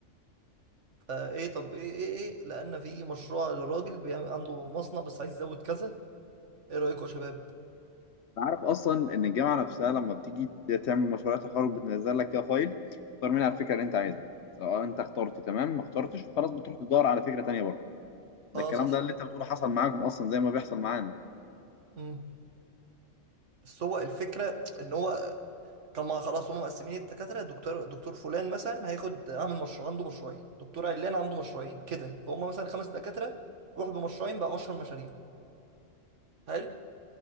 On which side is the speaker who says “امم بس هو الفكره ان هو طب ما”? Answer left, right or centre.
Right